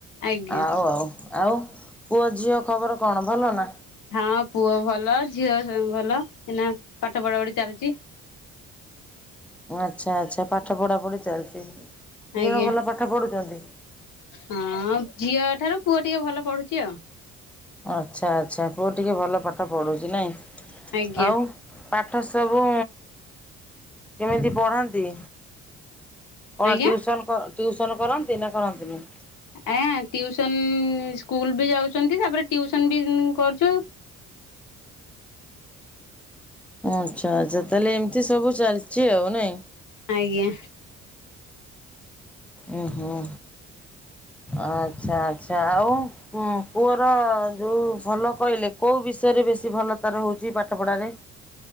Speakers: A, on the left; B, in the centre.
A: ଆଜ୍ଞା
B: ଆଉ ଆଉ, ଆଉ ପୁଅ ଝିଅ ଖବର କଣ ଭଲ ନା?
A: ହଁ ପୁଅ ଭଲ, ଝିଅ ଭଲ ହେନା ପାଠ ପଢ଼ା ପଢ଼ି ଚାଲିଛି।
B: ଆଚ୍ଛା ଆଚ୍ଛା ପାଠ ପଢା ପଢି ଚାଲିଛି, ଦି
A: ଆଜ୍ଞା
B: ଜଣ ଭଲ ପାଠ ପଢୁଛନ୍ତି?
A: ହଁ ଝିଅ ଠାରୁ ପୁଅ ଟିକେ ଭଲ ପଢୁଛି ଆଉ।
B: ଆଚ୍ଛା ଆଚ୍ଛା ପୁଅ ଟିକିଏ ଭଲ ପାଠ ପଢ଼ୁଛି ନାଇଁ,
A: ଆଜ୍ଞା
B: ଆଉ? ପାଠ ସବୁ କେମିତି ପଢାନ୍ତି? କଣ
A: ଆଜ୍ଞା।
B: ଟିୟୁସନ୍ କର ଟିୟୁସନ୍ କରନ୍ତି ନା କରନ୍ତିନି?
A: ଆ ଟିଉସନ ସ୍କୁଲ ବି ଯାଉଛନ୍ତି ତାପରେ ଟିଉସନ ବି କରୁଛୁ।
B: ଆଚ୍ଛା ଆଚ୍ଛା ତାହେଲେ ଏମିତି ସବୁ ଚାଲିଛି ଆଉ ନାଇଁ।
A: ଆଜ୍ଞା।
B: ଉ ହୁଁ ଆଚ୍ଛା ଆଚ୍ଛା ଆଉ? ହୁଁ ପୁଅର ଯୋଉ ଭଲ କହିଲେ କୋଉ ବିଷୟରେ ବେଶୀ ଭଲ ତାର ହହୁଛି ପାଠ ପଢାରେ?